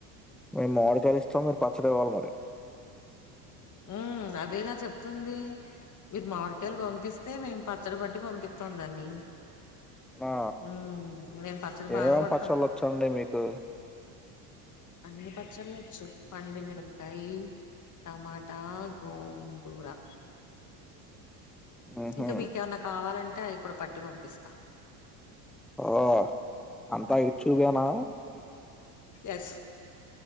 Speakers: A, in the centre; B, on the left (about 35°).
A: మేము మామిడికాయలు ఇస్తాం. మీరు పచ్చడి ఇవ్వాలి మరి.
B: ఉ అదేగా చెప్తుంది. మీరు మామిడికాయలు
A: ఆహా.
B: పంపిస్తే మేము పచ్చడి పట్టి పంపిత్తుందని
A: ఆ
B: మ్మ్ నేను పచ్చడి
A: ఏమేం
B: బాగా పడతాను
A: పచ్చళ్ళు వచ్చండి మీకు
B: అన్ని పచ్చళ్ళ వచ్చు పండుమిరకాయ టమాటా గోంగూరా
A: ఉహు
B: ఇంకా మీకేమన్నా కావాలన్ టె అవి కూడా పట్టి పంపిస్తా
A: ఆఓ అంతా ఇచ్చుపనా
B: ఎస్